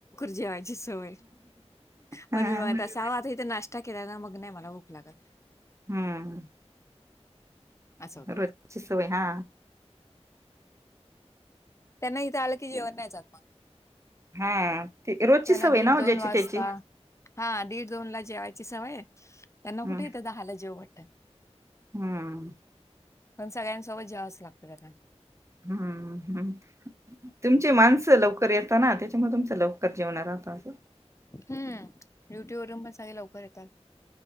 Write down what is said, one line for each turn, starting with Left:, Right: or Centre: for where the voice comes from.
Left: जेवायजी सवय
Right: हम्म
Left: पण मी मा असव आता इथे नाश्ता केला ना मग नाही मला भूक लागत
Right: हम्म
Left: असं होतं.
Right: रोजची सवय हा
Left: त्यांनाहीथं आलं की जेवण नाही जातमा
Right: हा ते रोजची
Left: त्यांना
Right: सवय
Left: दीड
Right: ना
Left: दोन
Right: ओ ज्याची
Left: वाजता
Right: त्याची
Left: हा दीड दोन ला जेवायची सवय आहे त्यांना
Right: हम्म
Left: कुठे इथं दहाला जेव वाटतं
Right: हम्म
Left: पण सगळ्यांसोबत जेवावंच लागतं त्यांना.
Right: हम्म हम् तुमचे माणसं लवकर लवकर येताना त्याच्यामुळे तुमच लवकर जेवणार आहता अस
Left: हम्म ड्युटी वरून पण सगळे लवकर येतात